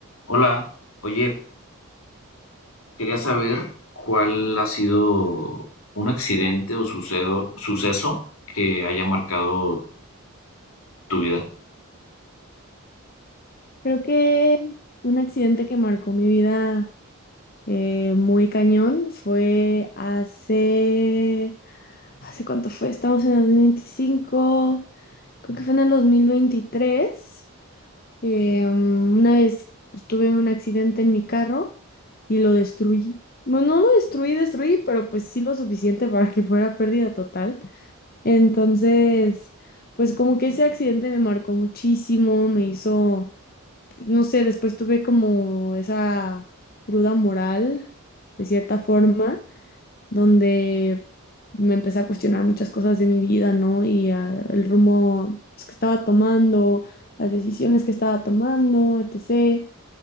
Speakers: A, on the left (about 70°); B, on the left (about 40°).
A: Hola, oye, quería saber cuál ha sido un accidente o sucedo- suceso que haya marcado tu vida.
B: Creo que un accidente que marcó mi vida eh, muy cañón fue hace... ¿Hace cuánto fue? Estamos en el dos mil veinticinco creo que fue en el 2023. Eh, una vez pues, tuve un accidente en mi carro y lo destruí. Bueno, no lo destruí, destruí, pero pues sí lo suficiente para que fuera pérdida total. Entonces, pues como que ese accidente me marcó muchísimo, me hizo no sé, después tuve como esa cruda moral, de cierta forma, donde me empecé a cuestionar muchas cosas de mi vida, ¿no? Y ah, el rumbo pues, que estaba tomando, las decisiones que estaba tomando, etc.